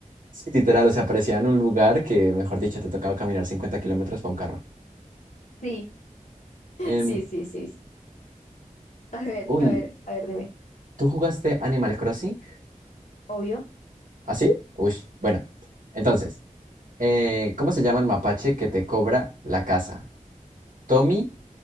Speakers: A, on the right; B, on the left.
A: Sí, literal, o sea, aparecía en un lugar que, mejor dicho, te tocaba caminar 50 kilómetros para un carro.
B: Sí. <laughs>
A: Em,
B: Sí, sí, sí, sí. A ver,
A: uy,
B: a ver, a ver, dime.
A: ¿tú jugaste Animal Crossing?
B: Obvio.
A: ¿Así? Uy, bueno. Entonces, eh, ¿cómo se llama el mapache que te cobra la casa? ¿Tommy?